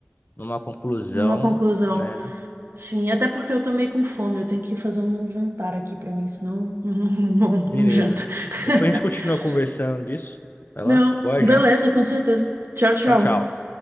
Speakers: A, on the left (about 50°); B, on the right (about 65°).
A: numa conclusão,
B: numa conclusão.
A: né?
B: Sim, até porque eu tô meio com fome, eu tenho que fazer um jantar aqui pra mim, senão <laughs> não,
A: Beleza.
B: não janto. <laughs>
A: Depois a gente continua conversando disso. Vai lá.
B: Não,
A: Boa
B: beleza,
A: janta.
B: com certeza. Tchau, tchau.
A: Tchau, tchau.